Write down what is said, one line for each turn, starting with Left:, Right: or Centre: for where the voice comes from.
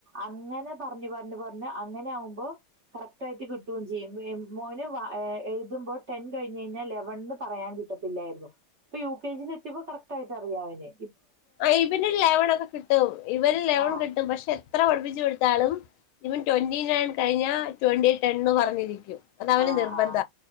Right: അങ്ങനെ പറഞ്ഞഞ് പറഞ്ഞഞ് പറഞ്ഞഞ് അങ്ങനെ ആവുമ്പോ കറക്റ്റ് ആയിട്ട് കിട്ടുകയും ചെയ്യും മോന് എഴുതുമോ ടെൻ കഴിഞ്ഞ കഴിഞ്ഞാൽ ലെവൻ പറയാൻ ക കിട്ടത്തില്ലായിരുന്നു ഇ യു കെ ജ എത്തിപ്പോ കറക്റ്റ്യിയി് അറിയാനെ
Left: ആ ഇവന് ലെവണൊക്കെ കിട്ടും ഇവന് ലെവൺ
Right: ആ
Left: കിട്ടും പക്ഷെ എത്ര പഠപ്പിച്ചു കൊടുത്തളും ഇപ്പം ട്വന്റി നയൻ കഴിഞ്ഞാ ട്വന്റി ടെൻന്ന് പറഞ്ഞിരിക്കും. അത അവന്
Right: ആ
Left: നിർബന്ധ
Right: ആ